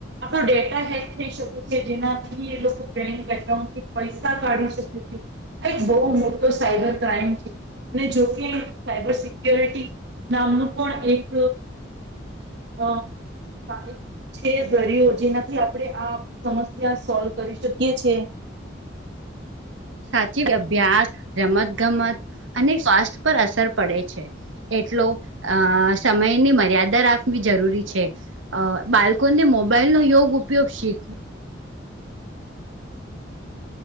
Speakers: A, on the right (about 60°); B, on the right (about 80°).
A: આપણો ડેટા હેક થઈ શકે છે જેનાથી એ લોકો બેંક એકાઉન્ટથી પૈસા કાઢી શકે છે. આ એક બહુ મોટો સાઈબર ક્રાઈમ છે. અને જોકે સાયબર સિક્યોરિટી નામનું પણ એક હ એક છે દરયો જેનાથી આપણે આ સમસ્યા સોલ્વ કરી શકીએ છે.
B: સાચી અભ્યાસ રમત ગમત અને સ્વાસ્થ્ય પર અસર પડે છે એટલો અ સમયની મર્યાદા રાખ જરૂરી છે બાળકોને મોબાઈલ નો યોગ ઉપયોગ શીખવો.